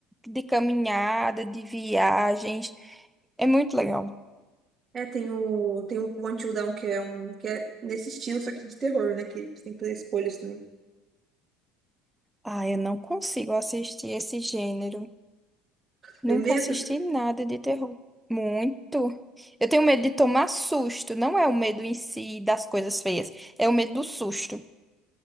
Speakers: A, in the centre; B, on the right (about 20°).
A: de caminhada, de viagens. É muito legal.
B: É, tem o, tem o One Till Down, que é um que é nesse estilo, só que de terror, né? Que você tem que fazer escolhas também.
A: Ah, eu não consigo assistir esse gênero. Nunca
B: Tem medo?
A: assisti nada de terror. Muito. Eu tenho medo de tomar susto. Não é o medo em si das coisas feias, é o medo do susto.